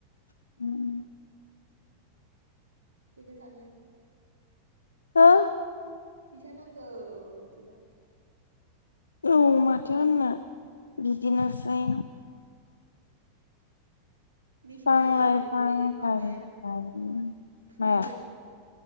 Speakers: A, on the left; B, on the right.
A: <inaudible>
B: फैसा थाङो
A: हा
B: फैसा नांगौ बिदिबा
A: औ माथो होननो बिदिनोसै।
B: बेसे
A: बिफां
B: लायो
A: लाइफां
B: ओमफ्राय बे माबाया
A: गायनाय
B: फुलिया
A: माया?